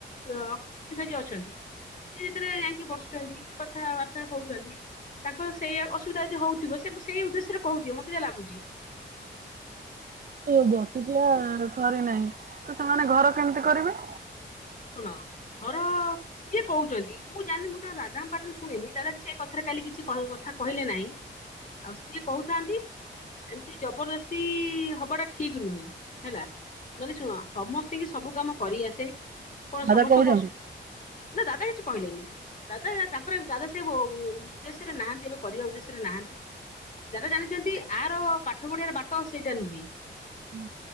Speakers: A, on the left; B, on the right.
A: ଅ ଅଫିସ ଯିଏ ଅଛନ୍ତି ସିଏ ଯେତବେଳେ ଯାଇକିଁ ବସ କରୁଚନ୍ତି କି କଥାବାର୍ତ୍ତା ହଉଚନ୍ତି ତାଙ୍କର ସେଆ ଅସ ଅସୁବିଧା ଯଦି ହଉଥିବ ସେ ପା ସେଇ ଉଦ୍ଦେଶ୍ୟରେ କହୁଥିବେ ମତେ ଯା ଲାଗୁଚି।
B: ଉଁ ଏ ଯୋଉ ବସିଥିଲା ଥରେ ନାହିଁ। ତ ସେମାନେ ଘର କେମିତି କରିବେ?
A: ଶୁଣ ଘର ସିଏ କହୁଚନ୍ତି ମୁଁ ଜାଣିନି। ମୁଁ ତ ଦାଦାଙ୍କ ପାଟିରୁ ଶୁଣିନି ଦାଦା ବି ସେଇ କଥାରେ କାଲି କିଛି କି କ କଥା କହିଲେ ନାହିଁ। ଆଉ ସିଏ କହୁଥାନ୍ତି ଏମତି ଜବରଦସ୍ତି ହବା ଟା ଠିକ ନୁହେଁ ହେଲା। ଯଦି ଶୁଣ ସମସ୍ତି କି ସବୁ କାମ କରି ଆସେ। କଣ
B: ଦାଦା
A: ସମସ୍ତଙ୍କ
B: କହୁଛନ୍ତି
A: ଅସ ନା ଦାଦା କିଛି କହିଲେନି। ଦାଦା ତାଙ୍କର ଏ ଦାଦା ସେ ସେ ବୋଉ ଉଦ୍ଦେଶ୍ୟରେ ନାହାନ୍ତି ଏବେ କରିବା ଉଦ୍ଦେଶ୍ୟରେ ନାହାନ୍ତି। ଦାଦା ଜାଣିଚନ୍ତି ଆର ପାଠ ପଢିବାର ବାଟ ଆଉ ସେଇଟା ନୁହେଁ।
B: ହୁଁ।